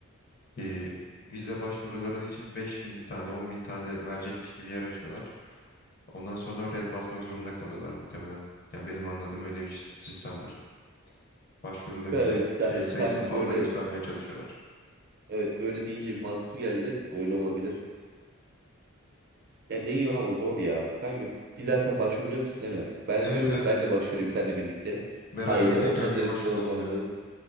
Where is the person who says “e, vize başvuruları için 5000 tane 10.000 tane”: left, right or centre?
Left